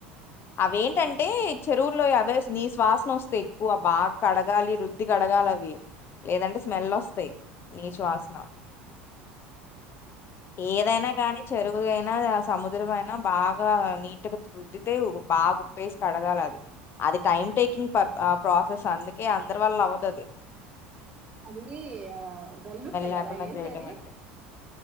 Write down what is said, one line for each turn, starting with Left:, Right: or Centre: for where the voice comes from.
Left: అవేంటంటే
Right: బాబు
Left: చెరువులో అవే నీస్ వాసన వస్తే ఎక్కువ బాగా కడగాలి రుద్ది కడగాల అ వి లేదంటే స్మెల్ వస్తయి నీచు వసన ఏదైన కానీ చెరువుయినా సముద్ర అయినా బాగా నీట్గా రుద్దితే బాగా ఉప్పేసి కడగాల అది అది టైమ్ టేకింగ్ పర్ ప్రాసెస్ అందుకే అందరి వల్ల అవ్వదది
Right: అది ఆ గల్లుప్పే
Left: లేకుండా
Right: కదా ఏసేది
Left: చేయటం అంటే